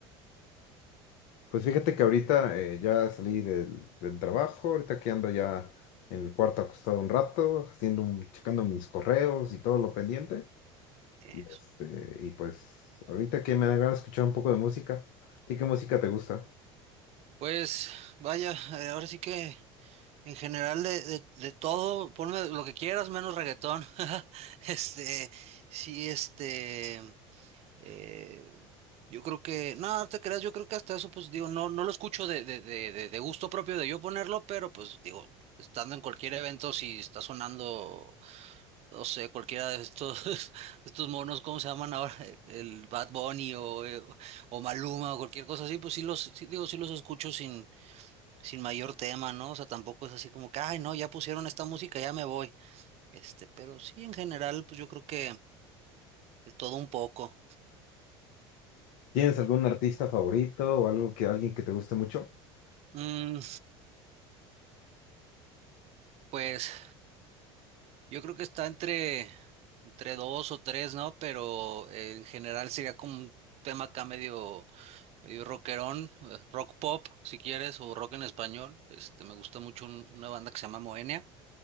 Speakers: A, on the left (about 70°); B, on the right (about 50°).
A: Pues fíjate que ahorita eh, ya salí del, del trabajo, ahorita que ando ya en el cuarto acostado un rato, haciendo un- checando mis correos y todo lo pendiente.
B: eso?
A: Y, este, y pues ahorita que me agrada escuchar un poco de música. ¿A ti qué música te gusta?
B: Pues vaya, eh, ahora sí que en general de, de, de todo, ponme lo que quieras, menos reggaetón. <laughs> Este, sí, este. Eh, yo creo que, no, no te creas, yo creo que hasta eso, pues digo, no, no lo escucho de, de, de, de de gusto propio de yo ponerlo, pero pues digo, estando en cualquier evento, si está sonando, no sé, cualquiera de estos, <laughs> estos monos, ¿cómo se llaman ahora? Eh, El Bad Bunny o, eh, o Maluma o cualquier cosa así, pues sí los, sí, digo, sí los escucho sin, sin mayor tema, ¿no? O sea, tampoco es así como que, ay, no, ya pusieron esta música, ya me voy. Este, pero sí, en general, pues yo creo que de todo un poco.
A: ¿Tienes algún artista favorito o algo que alguien que te guste mucho?
B: Mm, pues. Yo creo que está entre, entre dos o tres, ¿no? Pero eh, en general sería como un tema acá medio, medio rockerón, eh, rock pop, si quieres, o rock en español. Este, me gusta mucho un- una banda que se llama Moenia.